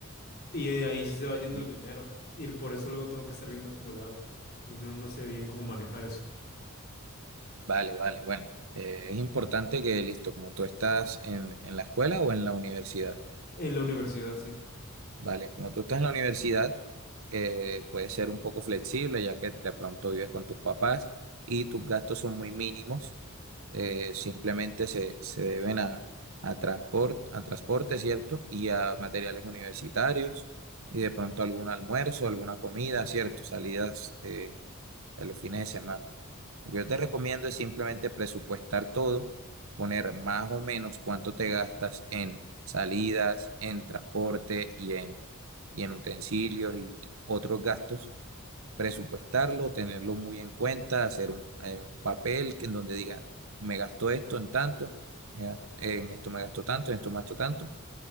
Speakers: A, on the left; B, on the right.
A: Y de ahí sí se va yendo
B: ¿sí?
A: el dinero. Y por eso luego tengo que estar viendo cómo lo hago. Y no, no sé bien cómo manejar eso.
B: Vale, vale, bueno. Eh, es importante que, listo, como tú estás en, en la escuela o en la universidad,
A: En la universidad, sí.
B: vale, como tú estás en la universidad, eh, puedes ser un poco flexible ya que de pronto vives con tus papás y tus gastos son muy mínimos eh, simplemente se, se deben a, a, transport- a transporte, ¿cierto? Y a materiales universitarios y de pronto algún almuerzo, alguna comida, ¿cierto? Salidas eh, en los fines de semana. Lo que yo te recomiendo es simplemente presupuestar todo, poner más o menos cuánto te gastas en salidas, en transporte y en, y en utensilios y otros gastos presupuestarlo, tenerlo muy en cuenta, hacer un, eh, un papel que en donde diga, me gastó esto en tanto, me gas- en esto me gastó tanto, en esto me gastó tanto,